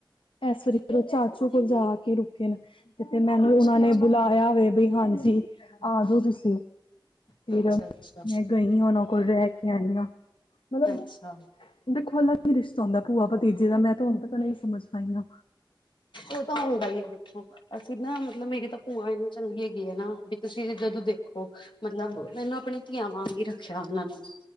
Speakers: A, on the left; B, on the left.
A: ਇਸ ਵਾਰੀ ਉਹ ਚਾਚੂ ਕੋਲ ਜਾ ਕੇ ਰੁ ਤੇ ਤੇ ਮੈਨੂੰ
B: ਅੱਛਾ
A: ਉਹਨਾਂ ਨੇ ਬੁਲਾਇਆ ਵੇ ਵੀ ਹਾਂਜੀ, ਆਜੋ ਤੁਸੀਂ ਫਿਰ
B: ਅੱਛਾ ਅੱਛਾ ਅੱਛਾ
A: ਮੈਂ ਗਈ ਉਹਨਾਂ ਕੋਲ ਰਹਿ ਕੇ ਆਈ ਹਾਂ। ਮਤਲਬ
B: ਅੱਛਾ
A: ਦੇਖੋ ਵੀ ਰਿਸ਼ਤਾ ਹੁੰਦਾ ਭੂਆ ਭਤੀ ਜੀ ਦਾ ਮੈਂ ਤਾਂ ਹੁਣ ਤੱਕ ਇਹੀ ਸਮਝ ਪਾਈ ਆ।
B: ਉਹ ਤਾਂ ਹੁੰਦਾ ਹੀ ਆ ਦੇਖੋ ਅਸੀਂ ਨਾ ਮਤਲਬ ਮੇਰੇ ਤਾਂ। ਭੂਆ ਇੰਨੀ ਚੰਗੀ ਹੈਗੀ ਆ ਨਾ ਵੀ ਤੁਸੀਂ ਜਦੋਂ ਦੇਖੋ ਮਤਲਬ ਇਹਨੂੰ ਆਪਣੀ ਧੀਆਂ ਵਾਂ ਹੀ ਰੱਖਿਆ। ਭੂਆ ਨੇ ਵੀ